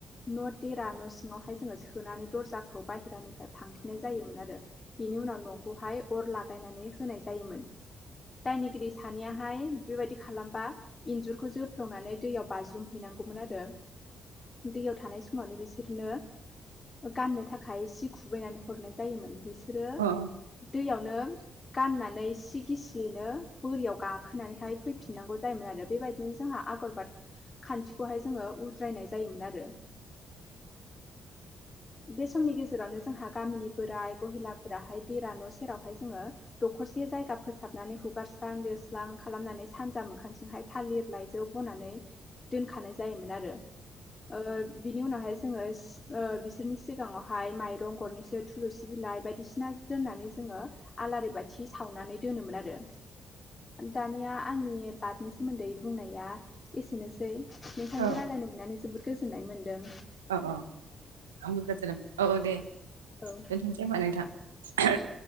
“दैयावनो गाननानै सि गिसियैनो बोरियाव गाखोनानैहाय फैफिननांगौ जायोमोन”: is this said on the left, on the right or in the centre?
Left